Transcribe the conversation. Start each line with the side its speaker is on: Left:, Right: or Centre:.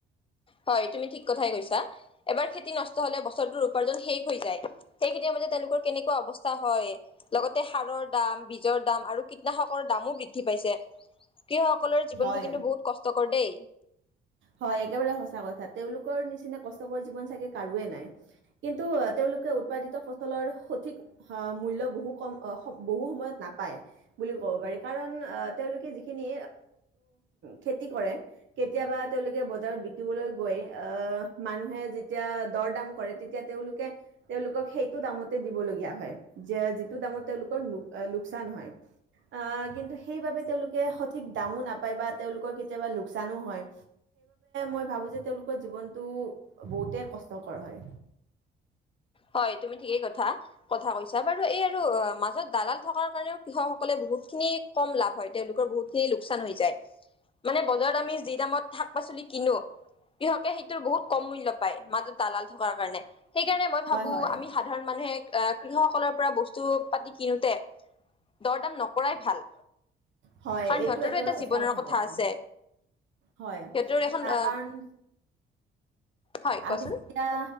Left: হয় তুমি ঠিক কথাই কৈছা এবাৰ খেতি নষ্ট হলে বছৰটোৰ উপাৰ্জন শেষ হৈ যায় সেই খেতিৰ মাজত তেওঁলোকৰ কেনেকুৱা অৱস্থা হয় লগতে সাৰৰ দাম বীজৰ দাম আৰু কীটনাশকৰ দামো বৃদ্ধি পাইছে সেই সকলৰ জীৱনটো
Right: হয়
Left: কিন্তু বহুত কষ্টকৰ দেই
Right: হয়, একেবাৰে সঁচা কথা। তেওঁলোকৰ নিচিনা কষ্টকৰ জীৱন চাগে কাৰোৱে নাই কিন্তু তেওঁলোকে উৎপাদিত ফচলৰ সঠিক মূল্ বহু কম বহু সময়ত নাপায় বুলি ক'ব পাৰি কাৰণ আহ তেওঁলোকে যিখিনি খেতি কৰে কেতিয়াবা তেওঁলোকে বজাৰত বিকিবলৈ গৈ আহ মানুহে যেতিয়া দৰ দাম কৰে তেতিয়া তেওঁলোকে তেওঁলোকক সেইটো দামতে দিবলগীয়া হয় যিটো দামত তেওঁলোকৰ লোকচান হয় আহ কিন্তু সেইবাবে তেওঁলোকে সঠিক দামো না তেওঁলোকৰ কেতিয়াবা লোকচানও হয়, মই ভাবোঁ যে তেওঁলোকৰ জীবনটো বহুতে কষ্টকৰ হয়।
Left: হয় তুমি ঠিকেই কথা কথা কৈছা বাৰু এই আৰু মাজত দালাল থকাৰ কাৰণেও কৃষকসকলে বহুত খিনি কম লাভ হয় তেওঁলোকৰ বহুত খিনি লোকচান হৈ যায় মানে বজাৰত আমি যি দামত শাক পাচলি কিনো কৃষকে সেইটোৰ বহুত কম মূল্য পায় মাজত দালাল থকাৰ কাৰণে সেইকাৰণে আমি
Right: হয় হয়
Left: সাধাৰণ মানুহে আহ কৃষকসকলৰ পৰা বস্তু পাতি কিনোতে দৰ দাম নকৰাই ভাল
Right: হয়
Left: কাৰণ
Right: এইটো
Left: সিহঁতৰো
Right: একেবাৰে
Left: এটা
Right: সচা
Left: জীৱনৰ
Right: কথা কৈছা
Left: আছে
Right: হয়
Left: সিহঁতৰ এখন
Right: আহ
Left: অ
Right: কাৰণ
Left: হয়
Right: আমি
Left: কোৱাচোন
Right: যেতিয়া